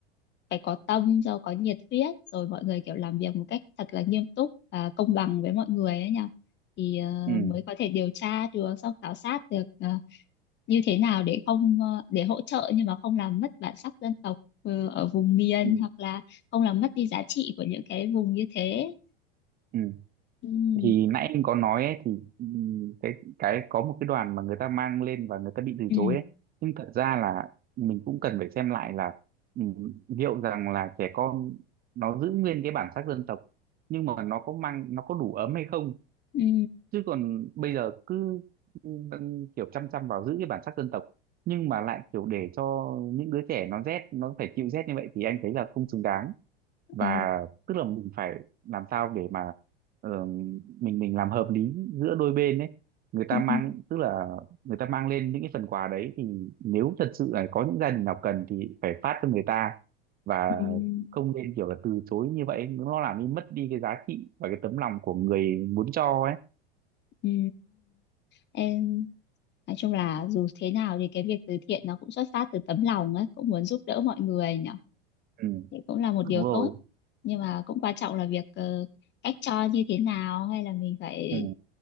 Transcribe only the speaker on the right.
ừ.
ừ.
Ừ.
thì nãy anh có nói ấy, thì ừ, cái cái có một cái đoàn mà người ta mang lên và người ta bị từ
chối ấy nhưng thật ra là mình cũng cần phải xem lại là ừ, liệu rằng là trẻ con nó giữ nguyên cái bản sắc dân tộc nhưng mà nó có mang nó có đủ ấm hay không
chứ còn bây giờ cứ ừ, kiểu chăm chăm vào giữ cái bản sắc dân tộc nhưng mà lại kiểu để cho những đứa trẻ nó rét nó phải chịu rét như vậy thì anh thấy là không xứng đáng và
tức là mình phải làm sao để mà ờ, mình mình làm hợp lý giữa đôi bên đấy người ta
mang tức là người ta mang lên những cái phần quà đấy thì nếu thật sự là có những gia đình nào cần thì phải phát cho người ta và
không nên kiểu là từ chối như vậy nó làm đi mất đi cái giá trị và cái tấm lòng của người muốn cho ấy
ừ,
đúng
rồi
ừ,